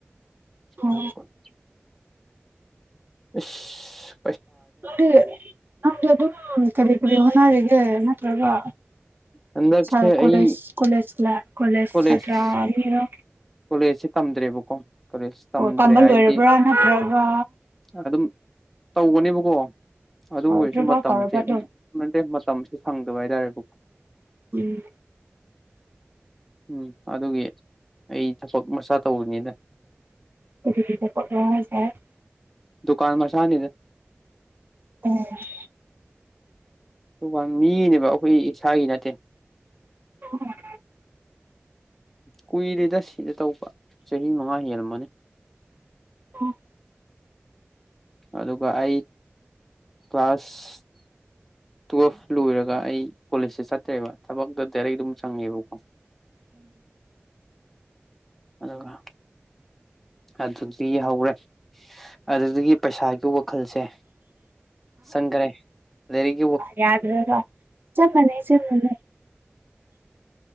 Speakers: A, in the centre; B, on the right.
A: <unintelligible>
B: ꯑꯣ
A: ꯏꯁ
B: ꯅꯪꯗꯤ ꯅꯪꯗꯤ ꯑꯗꯨꯝ ꯀꯔꯤ ꯀꯔꯤ ꯍꯣꯅꯔꯤꯒ ꯅꯠꯇ꯭ꯔꯒ
A: ꯍꯟꯗꯛꯁꯦ
B: ꯁꯥꯔꯀꯣꯂꯦꯖ
A: ꯑꯩ
B: ꯀꯣꯂꯦꯖꯂ ꯀꯂꯦꯖ
A: ꯀꯣꯂꯦꯖ
B: ꯁ꯭ꯇꯔ ꯑꯅꯤꯔꯣ
A: ꯀꯣꯂꯦꯖꯁꯤ ꯇꯝꯗ꯭ꯔꯦꯕꯀꯣ ꯀꯣꯂꯦꯖ ꯇꯝꯗ꯭ꯔꯦ
B: ꯑꯣ ꯇꯝꯕ
A: ꯍꯥꯏꯕꯗꯤ
B: ꯂꯣꯏꯔꯕ꯭ꯔꯥ ꯅꯠꯇ꯭ꯔꯒ
A: ꯑꯗꯨꯝ ꯇꯧꯒꯅꯦꯕꯀꯣ ꯑꯗꯨ ꯑꯣꯏꯔꯁꯨ
B: ꯗ꯭ꯔꯣꯞ
A: ꯃꯇꯝꯖꯦ
B: ꯑꯥꯎꯠ ꯇꯧꯔꯕ
A: <unintelligible>
B: ꯑꯗꯨꯝ
A: ꯃꯇꯝꯁꯦ ꯁꯪꯗꯕ ꯍꯥꯏꯇꯥꯔꯦꯀꯨ
B: ꯎꯝ
A: ꯎꯝ ꯑꯗꯨꯒꯤ ꯑꯩ ꯊꯕꯛ ꯃꯆꯥ ꯇꯧꯕꯅꯤꯗ
B: <unintelligible>
A: ꯗꯨꯀꯥꯟ ꯃꯁꯥꯅꯤꯗ
B: <unintelligible>
A: ꯗꯨꯀꯥꯟ ꯃꯤꯅꯦꯕ ꯑꯩꯈꯣꯏ ꯏꯁꯥꯒꯤ ꯅꯠꯇꯦ
B: <unintelligible>
A: ꯀꯨꯏꯔꯦꯗ ꯁꯤꯗ ꯇꯧꯕ ꯆꯍꯤ ꯃꯉꯥ ꯍꯦꯜꯂꯝꯃꯅꯤ
B: <unintelligible>
A: ꯑꯗꯨꯒ ꯑꯩ ꯀ꯭ꯂꯥꯁ ꯇꯨꯌꯦꯜꯐ ꯂꯣꯏꯔꯒ ꯑꯩ ꯀꯣꯂꯦꯖꯁꯦ ꯆꯠꯇ꯭ꯔꯦꯕ ꯊꯕꯛꯇ ꯗꯥꯏꯔꯦꯛ ꯑꯗꯨꯝ ꯆꯪꯉꯦꯕꯀꯣ <inaudible> ꯑꯗꯨꯒ ꯑꯗꯨꯗꯤ ꯍꯧꯔꯦ ꯑꯗꯨꯗꯒꯤ ꯄꯩꯁꯥꯒꯤ ꯋꯥꯈꯜꯁꯦ ꯆꯪꯈꯔꯦ ꯂꯥꯏꯔꯤꯛ
B: ꯌꯥꯗ꯭ꯔꯑꯦꯗ ꯆꯞ ꯃꯅꯩ ꯆꯞ ꯃꯅꯩ